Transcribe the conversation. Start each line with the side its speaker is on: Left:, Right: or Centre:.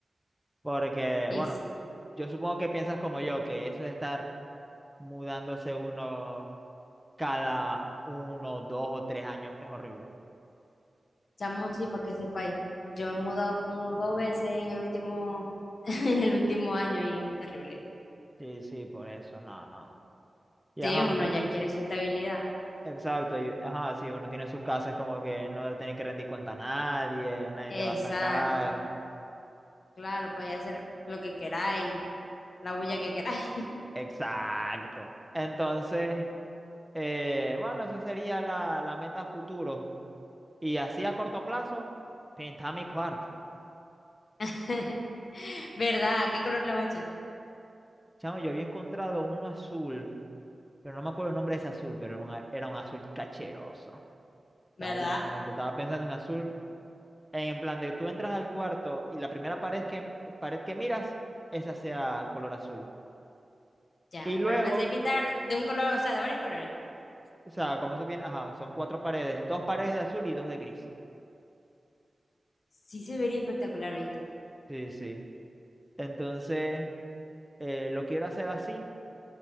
Centre: Porque,
Left: y
Centre: bueno,
Left: sí.
Centre: yo supongo que piensas como yo, que eso es estar mudándose uno cada uno, dos o tres años es horrible.
Left: Chamo, sí, para que sepáis. Yo me he mudado como dos veces en el último, <laughs> en el último año y terrible.
Centre: Sí, sí, por eso, no, no. Y
Left: Sí,
Centre: ajá,
Left: uno
Centre: uno
Left: ya quiere su estabilidad.
Centre: Exacto, y, ajá, si uno tiene su casa es como que no le tiene que rendir cuenta a nadie, nadie
Left: Exacto.
Centre: te va a sacar.
Left: Claro, podéis hacer lo que queráis, la bulla que queráis.
Centre: Exacto. Entonces, eh, bueno, esa sería la, la meta a futuro. Y así a corto plazo, pintaba mi cuarto.
Left: <laughs> ¿Verdad? ¿Qué color le va a echar?
Centre: Chamo, yo había encontrado uno azul, pero no me acuerdo el nombre de ese azul, pero era un, a- era un azul cacheroso. Estaba
Left: ¿Verdad?
Centre: bien bonito, estaba pensando en azul, en plan de tú entras al cuarto y la primera pared que, pared que miras, esa sea color azul.
Left: Ya.
Centre: Y luego...
Left: Pero pensáis pintar de un color, o sea, de varios colores.
Centre: O sea, como eso tiene, ajá, son cuatro paredes, dos paredes de azul
Left: Ujú.
Centre: y dos de gris.
Left: Sí se vería espectacular, ¿oíste?
Centre: Sí, sí. Entonces, eh, lo quiero hacer así,